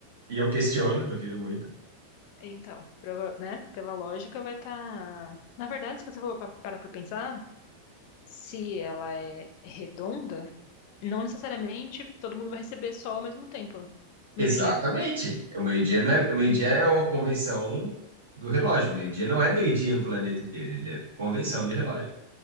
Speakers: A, on the right; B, on the left.
A: e eu questiono, duvido muito.
B: então, prova- né? Pela lógica, vai estar. Na verdade, se você for pa- parar pra pensar, se ela é redonda, não necessariamente todo mundo vai receber sol ao mesmo tempo, meio-dia.
A: Exatamente. O meio-dia não é, o meio-dia é uma convenção do relógio. O meio-dia não é meio-dia no planeta inteiro, ele é convenção de relógio.